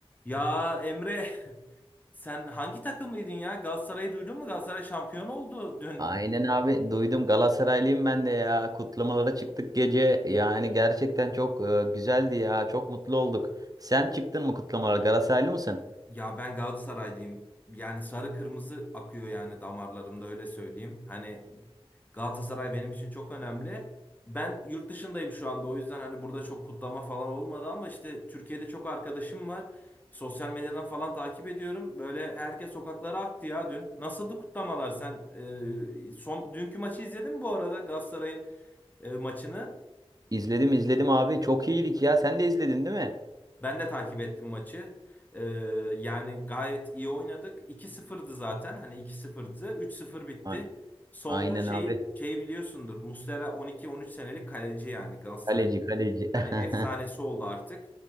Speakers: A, on the left; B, on the right.
A: Ya Emre sen hangi takımlıydın ya? Galatasaray'ı duydun mu? Galatasaray şampiyon oldu dün.
B: Aynen abi duydum Galatasaraylıyım ben de ya kutlamalara çıktık gece yani gerçekten çok e, güzeldi ya çok mutlu olduk. Sen çıktın mı kutlamalara Galatasaraylı mısın?
A: Ya ben Galatasaraylıyım. Yani sarı kırmızı akıyor yani damarlarımda öyle söyleyeyim. Hani Galatasaray benim için çok önemli. Ben yurt dışındayım şu anda o yüzden hani burada çok kutlama falan olmadı ama işte Türkiye'de çok arkadaşım var. Sosyal medyadan falan takip ediyorum. Böyle herkes sokaklara aktı ya dün. Nasıldı kutlamalar sen? e, son, dünkü maçı izledin mi bu arada Galatasaray'ın e, maçını?
B: İzledim izledim abi çok iyiydik ya sen de izledin değil mi?
A: Ben de takip ettim maçı. Ee, yani gayet iyi oynadık. 2 sıfırdı zaten. Hani iki sıfırdı. Üç sıfır bitti.
B: A-
A: Sonda
B: Aynen
A: şeyi,
B: abi
A: şeyi biliyorsundur. Muslera 12-13 senelik kaleci yani Galatasaray'ın.
B: kaleci kaleci.
A: Hani
B: <laughs>
A: efsanesi oldu artık.